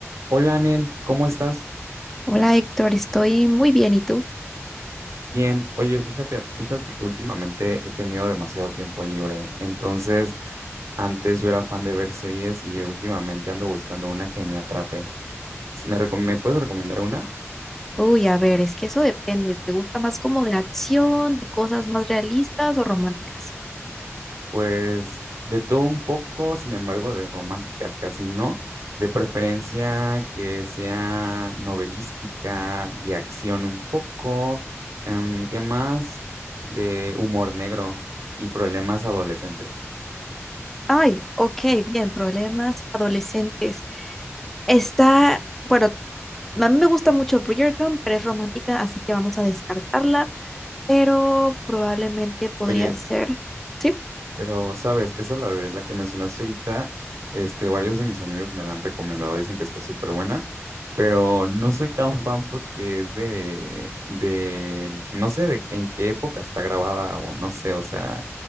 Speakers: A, on the right; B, in the centre.
A: Hola, Anel, ¿cómo estás?
B: Hola Héctor, estoy muy bien. ¿Y tú?
A: Bien. Oye, fíjate, fíjate que últimamente he tenido demasiado tiempo libre. Entonces, antes yo era fan de ver series y últimamente ando buscando una que me atrape. ¿Me, recom- me puedes recomendar una?
B: Uy, a ver, es que eso depende. ¿Te gusta más como de acción, de cosas más realistas o románticas?
A: Pues de todo un poco, sin embargo, de románticas casi no. De preferencia que sea novelística, de acción un poco. em, ¿qué más? De humor negro y problemas adolescentes.
B: Ay, ok, bien, problemas adolescentes. Está, bueno, a mí me gusta mucho Bridgerton, pero es romántica, así que vamos a descartarla, pero probablemente podría
A: Oye,
B: ser, ¿sí?
A: Pero, ¿sabes? Esa es la de la que mencionaste ahorita. Este, varios de mis amigos me la han recomendado, dicen que está súper buena, pero no soy tan fan porque es de, de, no sé de en qué época está grabada o no sé, o sea,